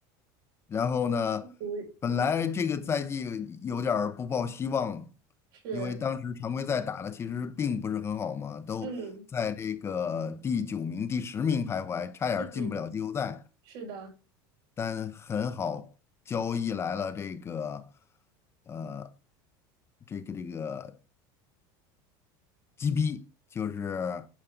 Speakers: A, on the left (about 25°); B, on the right (about 70°).
A: 然后呢，
B: 不
A: 本来这个赛季有点儿不抱希望，
B: 是，
A: 因为当时常规赛打的其实并不是很好嘛，都在这个第九名、
B: 嗯
A: 第十名徘徊，差点儿进不了季后赛。
B: 嗯，是的。
A: 但很好，交易来了这个，呃，这个这个 GB，就是